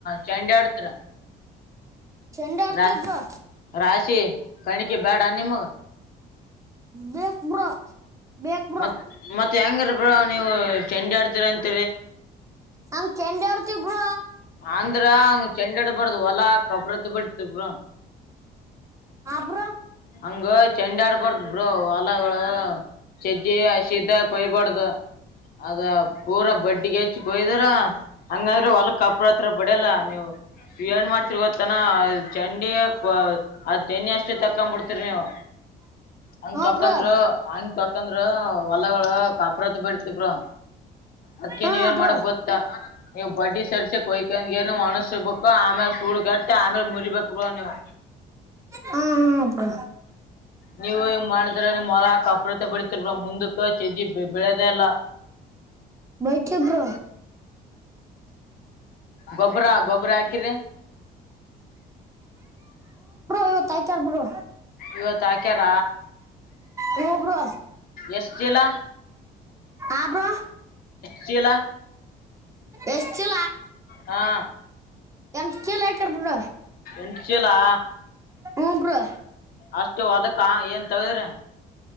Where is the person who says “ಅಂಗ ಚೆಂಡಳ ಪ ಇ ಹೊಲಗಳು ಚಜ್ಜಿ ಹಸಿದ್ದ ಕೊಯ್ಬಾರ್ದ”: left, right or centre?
Left